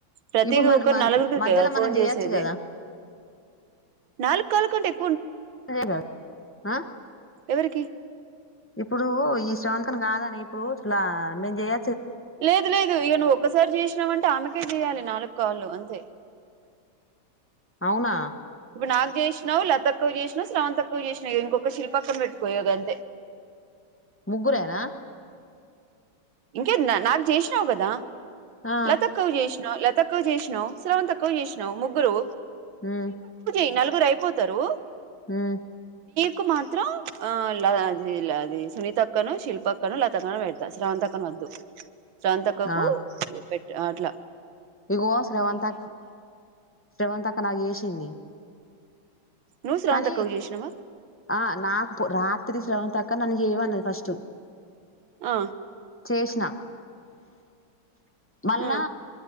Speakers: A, on the right (about 80°); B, on the left (about 15°).
A: ప్రతి
B: ఇప్పుడు మన
A: ఒకరు
B: మ
A: నలుగురికి
B: మధ్యలో
A: కదా ఫోన్
B: మనం చేయొచ్చు
A: చేసేది
B: కదా
A: నాలుగ్ కాల్లు కంటే ఎ
B: అదేగా ఆ
A: ఎవరికి
B: ఇప్పుడు ఈ శ్రవంతం కాదని ఇప్పుడు ఇట్లా మేం జేయ
A: లేదు లేదు ఇగ నువ్వు ఒక్కసారి చేసినావంటే ఆమెకే చేయాలి నాలుకాల్లు అంతే
B: అవునా
A: ఇప్పుడు నాకు జేసినావు లతక్కకు జేసినావ్ శ్రవంతక్క కు చేసినేవి ఇంకొక్క శిల్ప అక్కకు పెట్టుకో ఇయగంతే.
B: ముగ్గురేనా
A: ఇంకేంది నాక్ నాకు జేసినావు కదా
B: ఆ
A: లతక్కకు చేష్ నో లతక్కకు చేసినవ్ శ్రవంతక్క కు చేసినావు ముగ్గురు
B: మ్మ్
A: ఎ నలుగురు అయిపోతారు
B: మ్మ్
A: కు మాత్రం ఆ లది లది సునీత అక్కను, శిల్ప అక్కను, లతక్కన పెడతా, శ్రవంతి అక్కను వద్దు. శ్రవంతక్కకు
B: ఆ
A: ఆట్లా
B: ఇగో శ్రవంతక్ శ్రవంతక్క నాగ్ చేసింది
A: నువ్వు స్రవంతక్కకు
B: కానీ
A: చేసినావా
B: ఆ నాకు రాత్రి శ్రవం పక్క నన్ ఏవన్నది ఫస్టు
A: ఆ
B: వేషినా మళ్ళా
A: ఆ